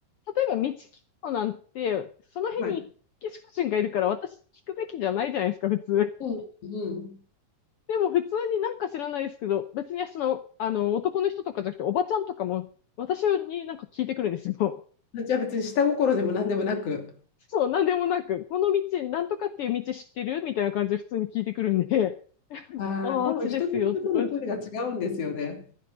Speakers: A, on the left; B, on the left.
A: 例えば道聞くのなんて、その辺にメキシコ人がいるから私聞くべきじゃないじゃないですか、
B: はい。
A: 普通。
B: うん、う
A: でも普通になんか知らないですけど、別にその、あの、男の人とかじゃなくて、おばちゃんとかも、私になんか聞いてくるんですよ。
B: ん。じゃあ別に下心でも何でもなく、
A: そう、なんでもなく、この道、なんとかっていう道知ってるみたいな感じで普通に聞いてくるんで、<laughs>
B: ああ、
A: ああ、
B: 多分人と人との距離が違うんですよね。
A: あっちですよ、とか言って。